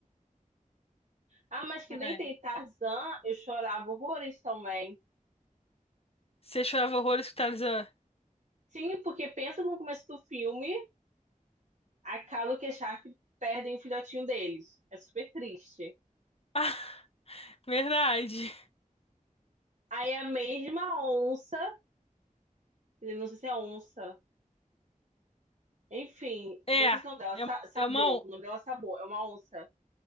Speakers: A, on the right; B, on the left.
A: Ah, mas que
B: É.
A: nem tem Tarzan, eu chorava horrores também.
B: Você chorava horrores com Tarzan.
A: Sim, porque pensa no começo do filme, a Calo e a Sharp perdem o filhotinho deles. É super triste.
B: Ah, <laughs> verdade.
A: Aí a mesma onça, não sei se é onça, enfim,
B: É,
A: deixa esse nome dela,
B: é,
A: Sa- Sabor,
B: é uma, on-
A: o nome dela é Sabor, é uma onça. Não